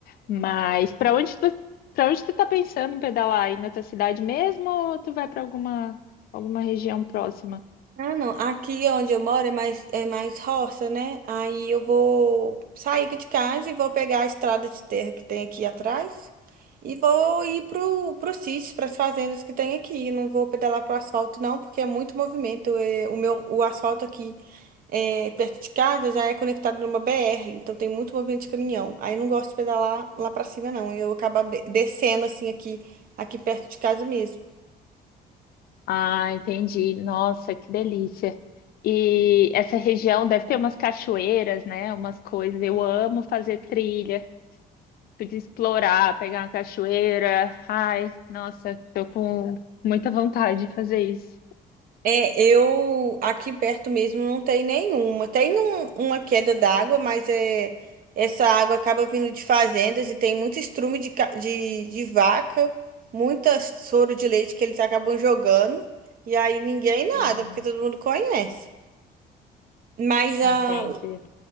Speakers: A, on the left; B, on the right.
A: Mas para onde tu, para onde tu tá pensando em pedalar? Aí na tua cidade mesmo ou tu vai para alguma, alguma região próxima?
B: Ah, não. Aqui onde eu moro é mais, é mais roça, né? Aí eu vou sair aqui de casa e vou pegar a estrada de terra que tem aqui atrás e vou ir pro, pro sítio, para as fazendas que tem aqui. Não vou pedalar pro asfalto, não, porque é muito movimento. É, o meu, o asfalto aqui é, perto de casa já é conectado numa BR, então tem muito movimento de caminhão. Aí eu não gosto de pedalar lá para cima, não. Eu acabo de- descendo assim aqui, aqui perto de casa mesmo.
A: Ah, entendi. Nossa, que delícia. E essa região deve ter umas cachoeiras, né? Umas coisas. Eu amo fazer trilha, podia explorar, pegar uma cachoeira. Ai, nossa, tô com muita vontade de fazer isso.
B: É, eu aqui perto mesmo não tem nenhuma. Tem um- uma queda d'água, mas é, essa água acaba vindo de fazendas e tem muito estrume de, ca- de, de vaca, muita soro de leite que eles acabam jogando. E aí ninguém nada,
A: Ah.
B: porque todo mundo conhece. Mas a
A: Entende?